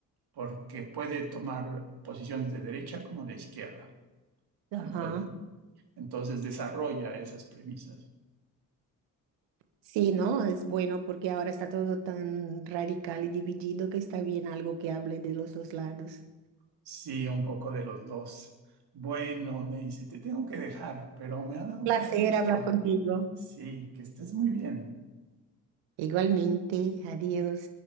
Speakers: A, on the right; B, on the right.
A: porque puede tomar posiciones de derecha como de izquierda.
B: ajá.
A: Entonces, entonces desarrolla esas premisas.
B: Sí, ¿no? Es bueno porque ahora está todo tan radical y dividido que está bien algo que hable de los dos lados.
A: Sí, un poco de los dos. Bueno, me dice, te tengo que dejar, pero me ha dado
B: Placer
A: mucho gusto.
B: hablar contigo.
A: Sí, que estés muy bien.
B: Igualmente, adiós.